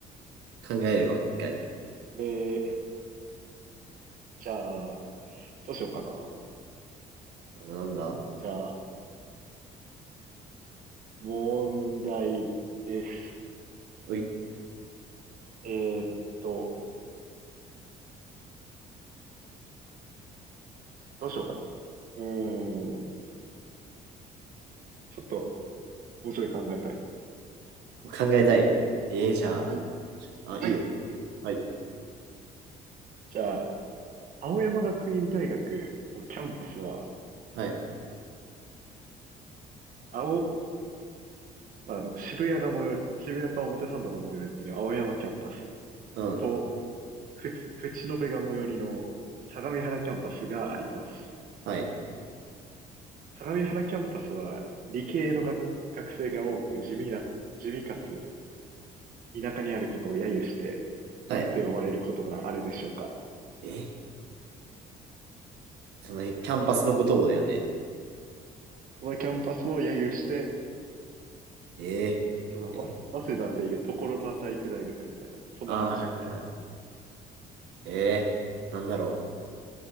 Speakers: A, on the right; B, on the right.
A: 考えるわ、一回。
B: えー、じゃあ、どうしようかな。
A: なんだ
B: じゃあ、問題です。
A: おい、
B: えーっと、どうしようかな。うーん、ちょっと、もうちょい考えたいな。
A: 考えたい。えー、じゃ
B: はい。
A: あ、あ、
B: はい。
A: いいよ。はい、
B: じゃあ、青山学院大学のキャンパスは、
A: はい、
B: 青、まあ、渋谷が最寄り、渋谷か表参道が最寄りの青山キャンパス
A: うん、
B: と、ふち、淵野辺が最寄りの相模原キャンパスがあります。
A: はい、
B: 相模原キャンパスは理系のが学生が多く地味な、地味かつ田舎にあることを揶揄して、
A: はい。
B: 何と呼ばれることがあるでしょうか。
A: え、その、えキャンパスのことをだよね。
B: このキャンパスを揶揄して、
A: え
B: その、
A: ー、
B: わ早稲田でいう所沢体育大学みたいな、
A: え
B: そんな感じの
A: あー、はいはいはい。えー、なんだろ